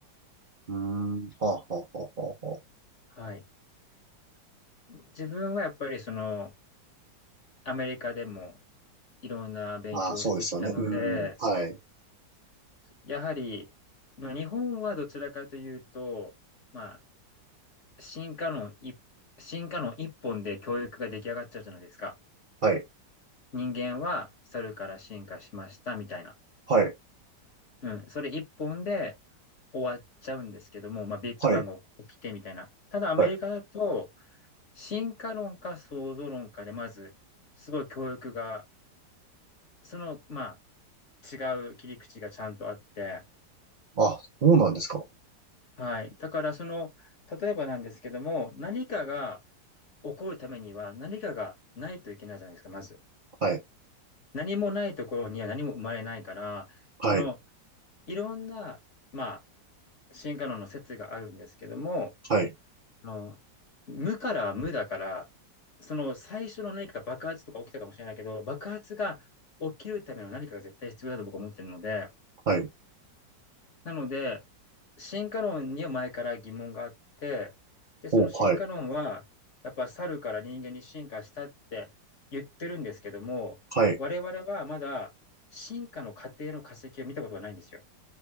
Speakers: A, on the right; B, on the left.
A: うーん。はあ、はあ、はあ、はあ。は
B: はい。自分はやっぱりその、アメリカでもいろんな勉強をしてきたので、
A: ああー、そうですよね。うん。はい。
B: やはり、まあ日本はどちらかというと、まあ、進化論一、進化論一本で教育が出来上がっちゃうじゃないですか。
A: はい。
B: 人間は猿から進化しましたみたいな。
A: はい。
B: うん、それ一本で終わっちゃうんですけども、まあ、ビッグバンが起きてみたいな。
A: はい。
B: ただアメリカだと、
A: はい。
B: 進化論か創造論かで、まず、すごい教育が、その、まあ、違う切り口がちゃんとあって、
A: あ、そうなんですか。
B: はい。だから、その、例えばなんですけども、何かが起こるためには、何かがないといけないじゃないですか、まず。
A: はい。
B: 何もないところには何も生まれないから、
A: はい。
B: その、いろんな、まあ、進化論の説があるんですけども、
A: はい。
B: あの、無から無だから、その最初の何か爆発とか起きたかもしれないけど、爆発が起きるための何かが絶対必要だと僕は思ってるので、
A: はい。
B: なので、進化論には前から疑問があって、で、その進化論は、
A: お、はい。
B: やっぱ猿から人間に進化したって言ってるんですけども、
A: はい。
B: 我々はまだ進化の過程の化石を見たことがないんですよ。